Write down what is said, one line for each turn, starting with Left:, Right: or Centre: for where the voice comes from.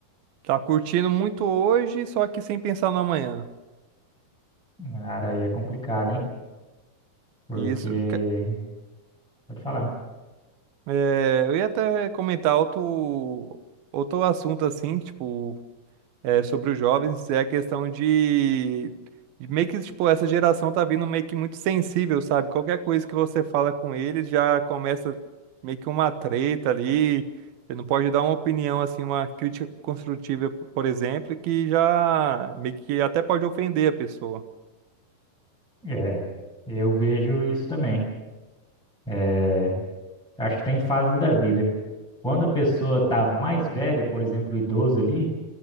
Right: tá curtindo muito hoje, só que sem pensar no amanhã.
Centre: Cara, aí é complicado, hein? Porque,
Right: E Isso. que-
Centre: pode falar.
Right: é, eu ia até comentar outro, outro assunto assim, tipo é, sobre os jovens é a questão de, de meio que, tipo, essa geração tá vindo meio que muito sensível, sabe? Qualquer coisa que você fala com eles já começa meio que uma treta ali. Você não pode dar uma opinião, assim, uma crítica construtiva, p- por exemplo, que já meio que até pode ofender a pessoa.
Centre: É, eu vejo isso também. É, acho que tem fases da vida. Quando a pessoa tá mais velha, por exemplo, o idoso ali,